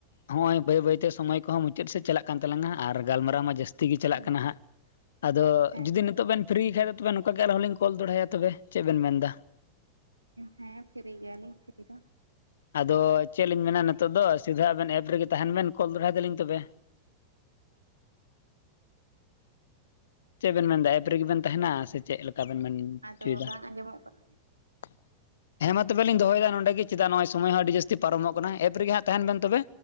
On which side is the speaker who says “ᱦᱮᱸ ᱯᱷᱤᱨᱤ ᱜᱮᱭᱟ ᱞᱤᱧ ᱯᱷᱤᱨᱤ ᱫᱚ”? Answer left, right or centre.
Right